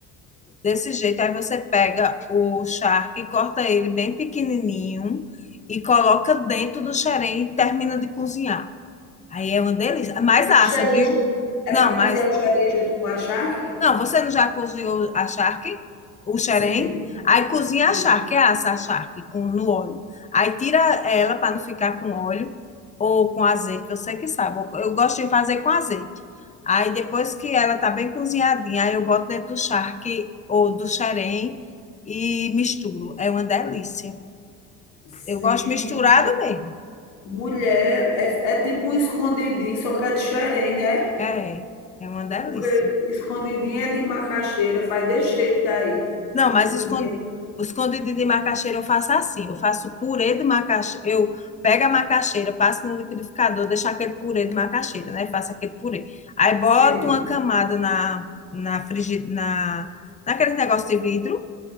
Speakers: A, on the left; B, on the left.
A: desse jeito. Aí você pega o charque, corta ele bem pequenininho e coloca dentro do xerém e termina de cozinhar. Aí é uma delícia. Mais assa,
B: O xerém
A: viu?
B: junto é
A: Não,
B: para
A: mas
B: cozinhar o xerém junto com a charque?
A: não, você não já cozinhou a charque, o xerém?
B: Sim,
A: Aí cozinha
B: sim,
A: a charque, é assa a charque com, no óleo. Aí tira ela para não ficar com óleo ou com azeite, você que sabe. Eu eu gosto de fazer com azeite. Aí depois que ela tá bem cozinhadinha, aí eu boto dentro do charque ou do xerém e misturo. É uma delícia.
B: sim.
A: Eu gosto misturado mesmo.
B: Mulher, é é tipo um escondidinho, só que é de xerém, né?
A: É, é uma delícia.
B: Porque escondidinho é de macaxeira, faz desse jeito aí
A: Não, mas
B: cozinha
A: escon- o escondidinho de macaxeira eu faço assim. Eu faço purê de macaxeira. Eu pego a macaxeira, passo no liquidificador, deixo aquele purê de macaxeira, né? Faço aquele purê. Aí boto
B: sim.
A: uma camada na, na, frigi, na, naquele negócio de vidro,